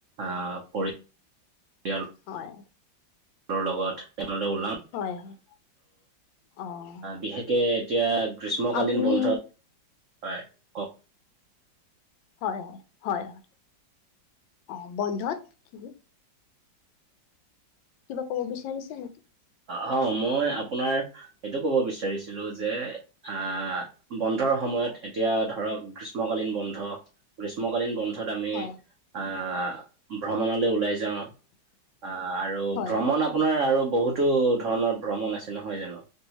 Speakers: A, on the right; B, on the left.
A: আহ পৰি <unintelligible>
B: হয়
A: লগত <unintelligible> আৰু আহ
B: হয় হয় অঁ
A: বিশেষকে এতিয়া গ্ৰীষ্মকালীন
B: আপুনি
A: বন্ধত হয়। কওক
B: হয়-হয়-হয়-হয় অ বন্ধত কি কিবা কব বিচাৰিছা নেকি?
A: হ মই আপোনাৰ এইটো ক'ব বিচাৰিছিলোঁ যে আহ বন্ধৰ সময়ত এতিয়া ধৰক গ্ৰীষ্মকালীন বন্ধ। গ্ৰীষ্মকালীন বন্ধ অৰ্থত আমি
B: হয়
A: আহ ভ্ৰমণলৈ ওলাই যাওঁ। অ আৰু
B: হয়
A: ভ্ৰমণ আপোনাৰ আৰু বহুত ধৰণৰ ভ্ৰমণ আছে নহয় জানো,